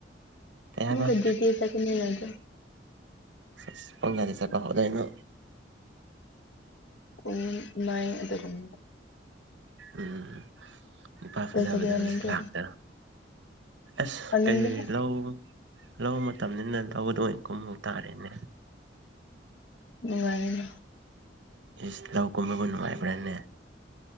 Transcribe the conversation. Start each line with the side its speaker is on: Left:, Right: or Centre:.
Right: ꯀꯩ ꯍꯥꯏꯕ
Left: ꯃꯦ ꯀꯨꯟꯀꯨꯇꯤ ꯆꯠꯄꯅꯤꯅꯀꯣ
Right: ꯏꯁ ꯄꯨꯡ ꯀꯌꯥꯗꯩ ꯆꯠꯄ ꯍꯧꯗꯣꯏꯅꯣ
Left: ꯄꯨꯡ ꯃꯥꯏꯟ ꯑꯗꯨꯒꯨꯝ__
Right: ꯎꯝ ꯅꯨꯄꯥ ꯐꯖ
Left: ꯆꯠꯀꯦꯔ
Right: ꯐꯖꯕꯖꯤ
Left: ꯅꯪꯗꯤ
Right: ꯂꯥꯛꯇꯔꯥ ꯑꯁ
Left: ꯇꯜꯂꯤꯗ
Right: ꯑꯦ ꯂꯧ ꯂꯧ ꯃꯇꯝꯅꯤꯅ ꯂꯧꯗ ꯑꯣꯏꯅ ꯀꯨꯝꯃꯨ ꯇꯥꯔꯦꯅꯦ
Left: ꯅꯨꯡꯉꯥꯏꯅꯤꯗꯥ
Right: ꯏꯁ ꯂꯧ ꯀꯨꯝꯕꯕꯨ ꯅꯨꯡꯉꯥꯏꯕ꯭ꯔꯅꯦ